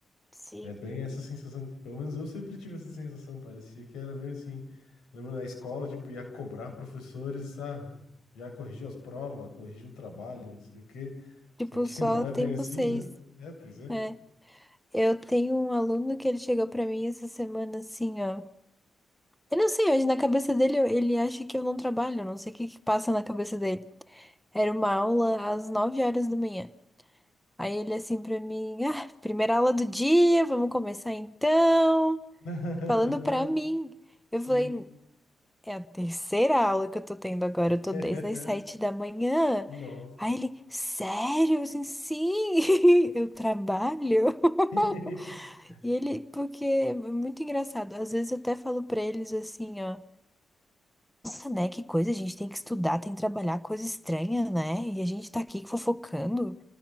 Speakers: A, in the centre; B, on the left.
A: sim.
B: É bem essa sensação, que- pelo menos eu sempre tive essa sensação, parecia que era bem assim. Lembro na escola, tipo, ia cobrar professores, ah, já corrigiu as provas, corrigiu o trabalho, não sei o quê.
A: Tipo,
B: Só que
A: só
B: <laughs> não é
A: tem
B: bem assim,
A: vocês.
B: né? É, pois é.
A: É. Eu tenho um aluno que ele chegou pra mim essa semana assim, ó. Eu não sei, hoje na cabeça dele eu- ele acha que eu não trabalho, eu não sei o que que passa na cabeça dele. Era uma aula às 9 horas da manhã. Aí ele assim pra mim, ah, primeira aula do dia, vamos começar então.
B: <laughs>
A: Falando pra mim.
B: Sim.
A: Eu falei, É a terceira aula que eu tô tendo agora. Eu tô
B: <laughs>
A: desde as sete da manhã.
B: Nossa.
A: Aí ele, sério? Eu Assim, sim, <laughs> eu trabalho. <laughs>
B: <laughs>
A: E ele, porque é muito engraçado. Às vezes eu até falo pra eles assim, ó. Nossa, né? Que coisa, a gente tem que estudar, tem que trabalhar, coisa estranha, né? E a gente tá aqui fofocando.